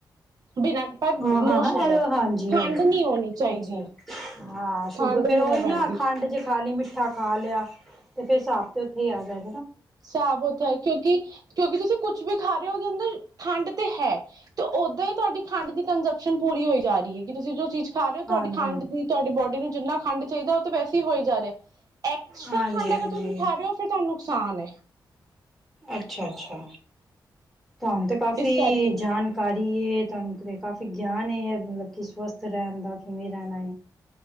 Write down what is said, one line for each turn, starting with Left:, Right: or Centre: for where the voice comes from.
Right: ਬਿਨਾਂ ਪਰ
Centre: ਹਾਂ
Right: ਨੋ
Centre: ਹਾਂ
Right: ਸ਼ੂਗਰ
Centre: ਹਾਂ ਇਹ ਹਾਂਜੀ
Right: ਖੰਡ ਨਹੀਂ ਹੋਣੀ ਚਾਹੀਦੀ
Centre: ਅੱਛਾ, ਹਾਂ ਸ਼ੂਗਰ
Right: ਖੰਡ
Centre: ਫੇਰ
Right: ਨਹੀਂ
Centre: ਉਹੀ
Right: ਮੈਂ ਪੈਂਦੀ
Centre: ਨਾ ਖੰਡ ਜੇ ਖਾਲੀ ਮਿੱ ਮਿੱਠਾ ਖਾ ਲਿਆ ਤੇ ਫਿਰ ਸਾਬ ਤੇ ਉੱਥੇ ਹੀ ਆ ਜਾ
Right: ਹਿਸਾਬ ਓਥ ਹੈ ਕਿਉਂਕਿ ਕਿਉਂਕਿ ਤੁਸੀਂ ਕੁਛ ਵੀ ਖਾ ਰਹੇ ਹੋ ਉਹਦੇ ਅੰਦਰ ਖੰਡ ਤੇ ਹੈ ਤੇ ਓਦਾਂ ਹੀ ਤੁਹਾਡੀ ਖੰਡ ਦੀ ਕੰਜਪਸ਼ਨ ਪੂਰੀ ਹੋਈ ਜਾ ਰਹੀ ਹੈ ਕਿ ਤੁਸੀਂ ਜੋ ਚੀਜ਼ ਖਾ ਰਹੇ ਹੋ ਤੁਹਾਡੀ
Centre: ਹਾਂਜੀ
Right: ਖੰਡ ਦੀ ਤੁਹਾਡੀ ਬੋਡੀ ਨੂੰ ਜਿੰਨਾ ਖੰਡ ਚਾਹੀਦਾ, ਉਹ ਤਾਂ ਵੈਸੇ ਹੋਈ ਜਾ ਰਿਹਾ। ਐਕਸਟਰਾ
Centre: ਹਾਂਜੀ
Right: ਖੰਡ ਅਗਰ
Centre: ਹਾਂਜੀ
Right: ਤੁਸੀਂ ਖਾ ਰਹੇ ਹੋ, ਫਿਰ ਤੁਹਾਨੂੰ ਨੁਕਸਾਨ ਐ
Centre: ਅੱਛਾ-ਅੱਛਾ। ਤਹਾਨੂੰ ਤੇ ਕਾਫ਼ੀ
Right: ਇਸ ਕਰਕੇ
Centre: ਜਾਣਕਾਰੀ ਤੁਹਾਨੂੰ ਤੇ ਕਾਫ਼ੀ ਗਿਆਨ ਏ ਮਤਲਬ ਕਿ ਸਵਸਥ ਰਹਿਣ ਦਾ ਕਿਵੇਂ ਰਹਿਣਾ